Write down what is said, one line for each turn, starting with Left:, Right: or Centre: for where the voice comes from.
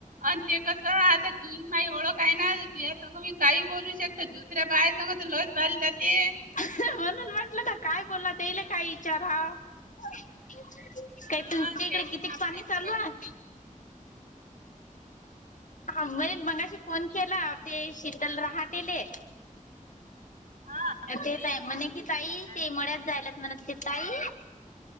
Right: आणि ते कसं आता तुझी न माझी ओळख आहे ना तुझ्या सगं मी काही बोलू शकते. तर दुसऱ्या बाय सगं तर लईच भारी जाते.
Left: म्हणून म्हंटलं ना काय बोला येल काय विचार हा का.
Right: हा,
Left: तुमच्या
Right: आणि त्याची
Left: इकडे किती
Right: आणि आपली
Left: पाणी चालू
Right: ते ओळख.
Left: आहे. ह मग मगाशी फोन केला ते शीतल रहाटेले
Right: हा,
Left: ते ताई म्हणे की ताई
Right: काय
Left: ते
Right: म्हणते?
Left: मळ्यात जायलात म्हण ते ताई